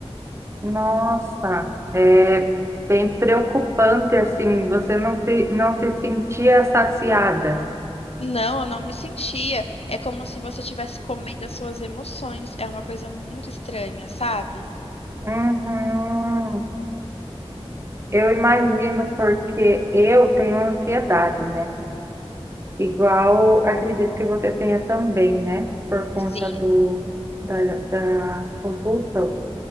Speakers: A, on the right; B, on the left.
A: Nossa, é bem preocupante, assim, você não se, não se sentia saciada.
B: Não, eu não me sentia. É como se você estivesse comendo as suas emoções. É uma coisa muito estranha, sabe?
A: Uhum. Eu imagino porque eu tenho ansiedade, né? Igual acredito que você tenha também, né? Por conta
B: Sim.
A: do, da, da compulsão.